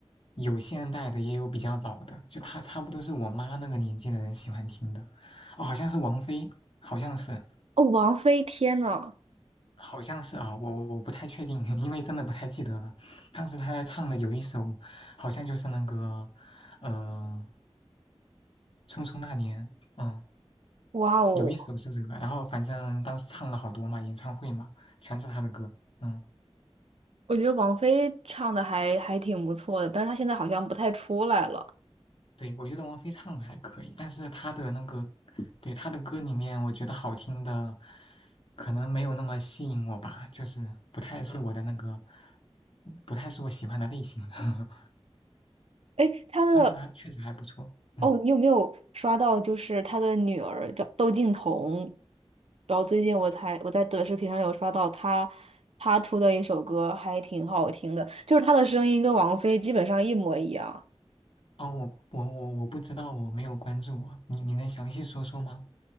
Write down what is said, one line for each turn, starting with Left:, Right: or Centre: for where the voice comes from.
Left: 有现代的，也有比较老的，就他差不多是我妈那个年纪的人喜欢听的。哦，好像是王菲，好像是，
Right: 哦，王菲，天呐，
Left: 好像是啊，我我不太确定，因为真的不太记得了。当时她在唱的有一首，好像就是那个，呃，《匆匆那年》，嗯，
Right: 哇哦！
Left: 有一首是这个，然后反正当时唱了好多嘛，演唱会嘛，全是她的歌，嗯。
Right: 我觉得王菲唱的还还挺不错的，但是她现在好像不太出来了。
Left: 对，我觉得王菲唱的还可以，但是她的那个，对，她的歌里面，我觉得好听的可能没有那么吸引我吧，就是不太是我的那个，不太是我喜欢的类型。<laughs>
Right: 哎，她的
Left: 但是她确实还不错，嗯。
Right: 哦，你有没有刷到？就是她的女儿叫窦靖童，然后最近我才我在短视频上有刷到她，她出的一首歌还挺好听的，就是她的声音跟王菲基本上一模一样。
Left: 哦，我我我我不知道，我没有关注我。你你能详细说说吗？